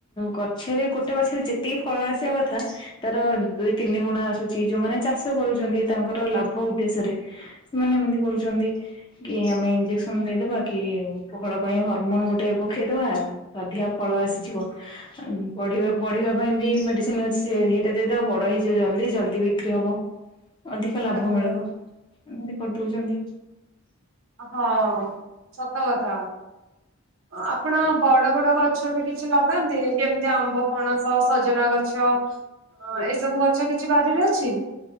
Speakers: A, on the left; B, on the right.
A: ଗଛରେ ଗୋଟେ ଗଛରେ ଯେ ଯେତିକି ଫଳ ଆସିବା କଥା ତାର ଦୁଇ ତିନି ଗୁଣା ଆସୁଛି ଯୋଉମାନେ ଚାଷ କରୁଛନ୍ତି ତାଙ୍କର ଲାଭ ଉଦ୍ଦେଶ୍ୟରେ ସେମାନେ ଏମିତି କରୁଛନ୍ତି କି ଆମେ ଇଞ୍ଜେକ୍ସନ ଦେଇଦବା। କି ଫଳ ପାଇଁ ହରମୋନ ଗୋଟେ ପକେଇଦବା ଅଧିକା ଫଳ ଆସିଯିବ। ବଢିବା ବଢିବା ପାଇଁ ବି ମେଡିସିନ ଅଛି ସେ ହେଇଟା ଦେଇଦବା ବଡ ହେଇଯିବ ଜଲଦି ଜଲ୍ଦି ବିକ୍ରି ହବ। ଅଧିକ ଲାଭ
B: ଆଜ୍ଞା
A: ମିଳିବ ଏମିତି କରିଦଉଚନ୍ତି।
B: ହ ହଁ ସତ କଥା। ଆପଣ ବଡ ବଡ ଗଛ ବି କିଛି ଲଗାନ୍ତି ଏ ଯେମିତି ଆମ୍ବ ପଣସ ସଜନା ଗଛ ଏ ସବୁ ଗଛ କିଛି ବାରିରେ ଅଛି।